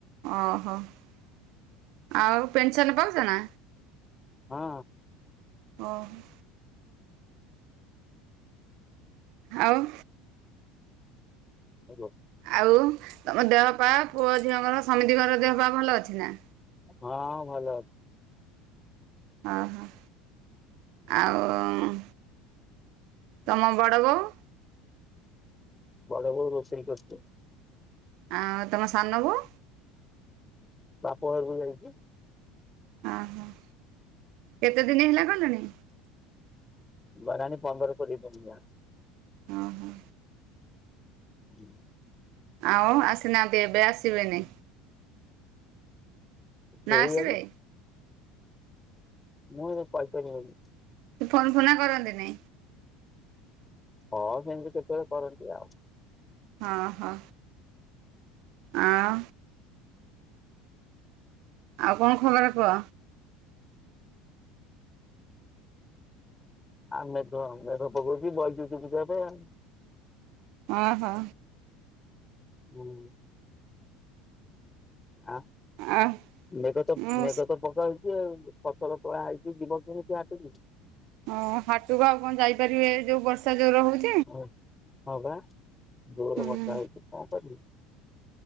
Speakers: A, on the right; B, on the left.
A: ଓହୋଃ ଆଉ ପେନସନ୍ ପାଉଛ ନା?
B: ହଁ।
A: ଓହୋଃ‌। ଆଉ
B: ହ୍ୟାଲୋ।
A: ଆଉ ତମ ଦେହପା ପୁଅ ଝିଅଙ୍କର ସମିତିଙ୍କର ଦେହପାା ଭଲ ଅଛି ନା?
B: ହଁ-ଅ-ଅ ଭଲ ଅଛି।
A: ଓହୋଃ, ଆଉ-ଉ-ଉ ଉଁ ତମ ବଡ଼ ବୋହୂ?
B: ବଡ ବୋହୂ ରୋଷେଇ କରୁଛି।
A: ଆଁ-ଆଁ ତମ ସାନ ବୋହୂ?
B: ବାପ ଘରକୁ ଯାଇଛି।
A: ଓହୋଃ, କେତେ ଦିନ ହେଲା ଗଲେଣି?
B: ଗଲାଣି ପନ୍ଦର କୋଡ଼ିଏ ଦିନ ହେଲାଣି।
A: ଅଁ ହଁ।
B: ହୁଁ।
A: ଆଉ ଆସିନାହାନ୍ତି ଏବେ ଆସିବେନି?
B: କେହିଆଣି
A: ନା ଆସିବେ?
B: ମୁଁ ଏବେ କହି ପାରିବିନି।
A: ସେ ଫୋନ୍ ଫୁନା କରନ୍ତିନି?
B: ହଁ ସେମିତି କେତେବେଳେ କରନ୍ତି ଆଉ।
A: ହଁ ହଁ। ଆଉ ଆଉ କଣ ଖବର କୁହ?
B: ଆଉ ମେଘ, ମେଘ ପକଉଛି ବଇଛୁ ଚୁପଚାପ ଆଉ।
A: ଓହୋଃ।
B: ହୁଁ। ଆ
A: ଆ
B: ମେଘ ତ
A: ମୁଁ
B: ମେଘ ପକ୍ ପକଉଛି ଆଉ, ଫସଲ ତୋଳା ହେଇଛି ଯିବ କେମିତି ହାଟକୁ?
A: ଓ-ଓ-ଓ ହାଟକୁ ଆଉ କଣ ଯାଇପାରିବେ ଏ ଯୋଉ ବର୍ଷା ଯୋରରେ ହଉ
B: ହୁଁ, ହଁ ପା ଜୋରରେ
A: ହୁଁ
B: ବର୍ଷା ହଉଛି କଣ କରିବି?